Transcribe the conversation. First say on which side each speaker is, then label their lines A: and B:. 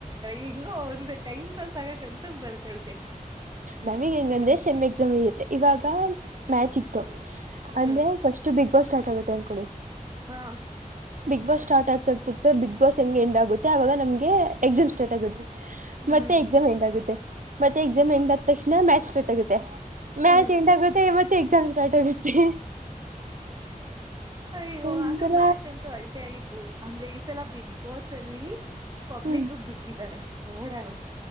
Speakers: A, on the right; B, on the right.
A: ಹೆಂಗೋ ಒಂದು ಟೈಮ್ ಪಾಸ್ ಆಗಕ್ಂತೂ ಬರ್ತೈತೆ.
B: ನಮಗ್ ಹೆಂಗಂದ್ರೆ
A: ಹ್ಮ್
B: ಸೆಮ್ ಎಕ್ಸಾಮ್ ಇರುತ್ತೆ. ಇವಾಗ ಮ್ಯಾಚ್ ಇತ್ತು
A: ಹ್ಮ್
B: ಅಂದ್ರೆ ಫಸ್ಟ್ ಬಿಗ್ ಬಾಸ್ ಸ್ಟಾರ್ಟ್ ಆಗತ್ತೆ ಅನ್ಕೊಳ್ಳಿ
A: ಹಾ
B: ಬಿಗ್ ಬಾಸ್ ಸ್ಟಾರ್ಟ್ ಆಗ್ತ ಆಗ್ತಿತ್ತ. ಬಿಗ್ ಬಾಸ್ ಹೆಂಗೆ ಎಂಡ್ ಆಗುತ್ತೆ ಆಾಗ ನಮಗೆ ಎಕ್ಸಾಮ್ ಸ್ಟಾರ್ಟ್ ಆಗುತ್ತೆ.
A: ಹ್ಮ್
B: ಮತ್ತೆ ಎಕ್ಸಾಮ್ ಹೆಂಗ್ ಆಗುತ್ತೆ ಮತ್ತೆ ಎಕ್ಸಾಮ್ ಎಂಡ್ ಆದ ತಕ್ಷಣ ಮ್ಯಾಚ್ ಸ್ಟಾರ್ಟ್ ಆಗುತ್ತೆ ಮ್ಯಾಚ್
A: ಹ್ಮ್
B: ಎಂಡ್ ಆಗುತ್ತೆ ಮತ್ತೆ ಎಕ್ಸಾಮ್ ಸ್ಟಾರ್ಟ್ ಆಗುತ್ತೆ
A: ಅಯ್ಯೋ
B: ಒಂಥರ
A: ಆದ್ರೂ ಮ್ಯಾಚ್ ಅಂತೂ ಅಲ್ಟಿ ಆಗಿತ್ತು ಅಂದ್ರೆ ಸಲ ಬಿಗ್ ಬಾಸ್ ಅಲ್ಲಿ. ಪಬ್ಲಿಕ್ಗ್
B: ಹ್ಮ್
A: ಬಿಟ್ಟಿದ್ದಾರೆ. ನೋಡೋಣ